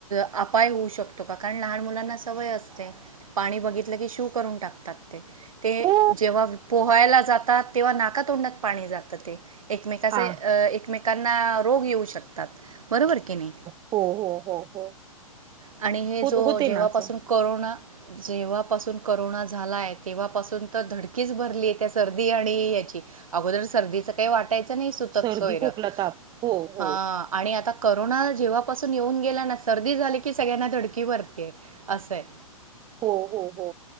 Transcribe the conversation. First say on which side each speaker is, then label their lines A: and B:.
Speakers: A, on the right; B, on the right.
A: अपाय होऊ शकतो का कारण लहान मुलांना सवय असते. पाणी बघितलं की शू करून टाकतात ते ते
B: हो
A: जेव्हा पोहायला जातात तेव्हा नाकातोंडात पाणी जात ते एकमेकाचे
B: आ
A: एकमेकांना रोग येऊ शकतात बरोबर कनी.
B: हो-हो-हो-हो-हो,
A: आणि हे
B: होते-होते
A: जो जेव्हापासून
B: ना असं,
A: करोना जेव्हापासून करोना झाला आहे, तेव्हापासून तर धडकीच भरली आहे, त्या सर्दी आणि याची अगोदर सर्दीच काही वाटायचं नाही सुतक
B: सर्दी,
A: सोयरं
B: खोकला, ताप हो हो
A: हा आणि आता करोना जेव्हापासून येऊन गेला ना सर्दी झाली की सगळ्यांना धडकी भरतीय असं आहे.
B: हो-हो-हो,